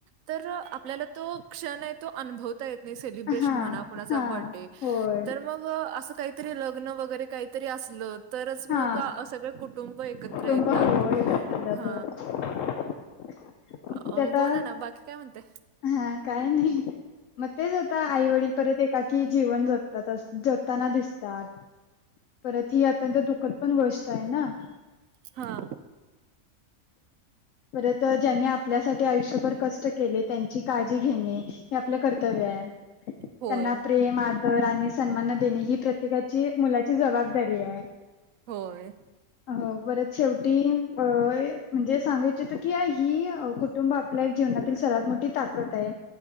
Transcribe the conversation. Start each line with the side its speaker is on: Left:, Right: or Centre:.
Right: तर आपल्याला तो क्षण आहे तो अनूभवता येत नाही, सैलिबरेशन
Left: हा
Right: म्हणा कूणाचा
Left: हा
Right: बडे
Left: होय
Right: मग असं काहीतरी लग्न वगैरे काहीतरी असल तरच मग
Left: हा
Right: सगळे कुटुंब एकत्र
Left: कुटुंब
Right: येतात
Left: होय एकत्र येतात
Right: ह.
Left: होय. <inaudible>
Right: अ
Left: ते आता
Right: बोला ना बाकी काय म्हणताय.
Left: हा काय नाही. मग तेच आता आई वडील परत एकाकी जीवन जगतात जगताना दिसतात. परत ही अत्यंत दुखद पण गोष्ट आहे ना.
Right: हा,
Left: परत ज्यांनी आपल्यासाठी आयुष्यभर कष्ट. त्यांची काळजी घेणे हे आपलं कर्तव्य आहे त्यांना
Right: होय
Left: प्रेम आ ''--'' तरणी सन्मान देणे ही प्रत्येकाची मुलाची जबाबदारी आहे.
Right: होय.
Left: हो परत शेवटी ब य. म्हणजे सांगू इच्छितो की ही कुटुंब आपल्या एक जीवनातील सर्वात मोठी ताकद आहे.